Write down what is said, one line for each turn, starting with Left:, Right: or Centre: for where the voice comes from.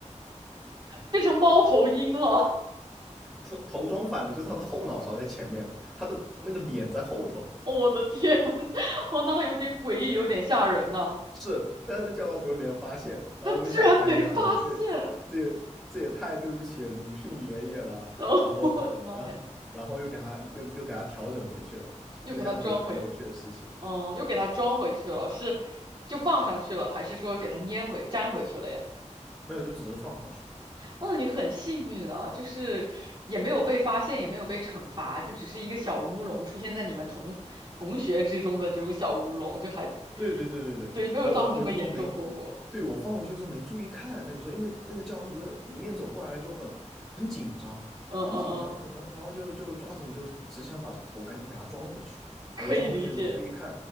Right: 变成猫头鹰了，
Centre: <laughs> 头头装反了，就是他的后脑勺在前面，他的那个脸在后头。
Right: 我的天，<laughs> 哦，那还有点诡异，有点吓人呢。
Centre: 是，但是那教导主任没有发现。然后我们想，
Right: 他居然没发现，
Centre: 哎呀，这这也这也太对不起鲁迅爷爷了。
Right: <laughs> 哦，
Centre: 然后，
Right: 我的妈呀！
Centre: 然后然后又给他又又给他调整回去了，就是这样子一个很有趣的事情。
Right: 又给他装回，哦，又给它装回去了，是就放上去了，还是说给它粘回粘回去了呀？
Centre: 没有，就只是放上去。
Right: 哇，你很幸运啊，就是也没有被发现，也没有被惩罚，就只是一个小乌龙出现在你们同同学之中的这种小乌龙，就还
Centre: 对对对对对，
Right: 对，没有造成什么严重后果。
Centre: 我放回去时候没，对我放回去的时候没注意看，那个时候因为那个教堂主任迎面走过来了，就很很紧张，
Right: 嗯嗯嗯，
Centre: 很紧张的，然后然后就就抓紧就只想把这个头赶紧给它装回去，然后就装回去没注意看，
Right: 可以理解，